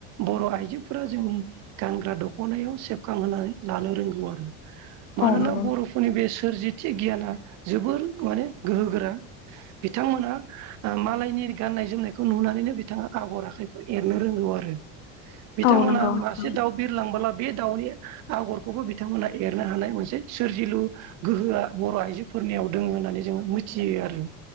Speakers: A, on the right; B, on the left.
A: बर' आइजोफोरा जोंनि गानग्रा दख'नायाव सेबखांहानै लानो रोंगौ आरो मानोना
B: औ नंगौ
A: बर'फोरनि बे सोरजि मोनसे गियाना जोबोर माने गोहोोगोरा बिथांमोना मालायनि गाननाय जोमनायखौ नुनानैनो बिथाङा आगर आखाइखौ एरनो रोंगौ आरो बिथांमोनहा
B: औ नंगौ नोंथां
A: मासे दाउ बिरलांबोला बे दाउनि आगरखौबो बिथांमोनहा एरनो हानाय मोनसे सोरजिलु। गोहोआ बर' आइजोफोरनियाव दोङो होननानै जोङो मिथियो आरो